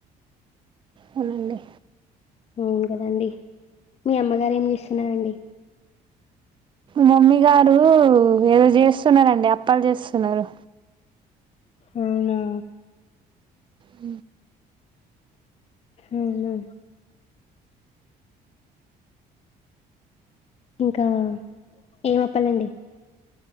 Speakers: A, on the right; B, on the left.
A: అవునండి
B: అవును కదండి మీ అమ్మగారు ఏం చేూస్తున్నారండి
A: మమ్మీ గారు ఏదో చేస్తున్నండి అప్పలు చేస్తున్నారు
B: అవునా
A: హ
B: అవునా ఇంకా ఏంప్పాలండి